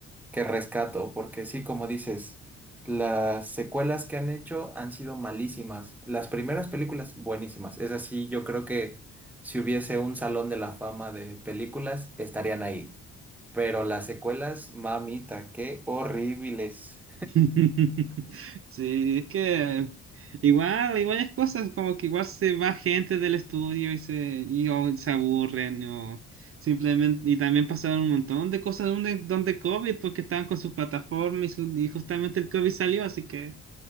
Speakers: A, in the centre; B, on the right.
A: que rescato, porque sí, como dices, las secuelas que han hecho han sido malísimas. Las primeras películas, buenísimas. Es así, yo creo que si hubiese un salón de la fama de películas, estarían ahí. Pero las secuelas, mamita, qué horribles.
B: <laughs> Sí, es que igual hay varias cosas, como que igual se va gente del estudio y se, y, o se aburren, o simplemente, y también pasaron un montón de cosas donde, donde COVID, porque estaban con su plataforma y, su- y justamente el COVID salió, así que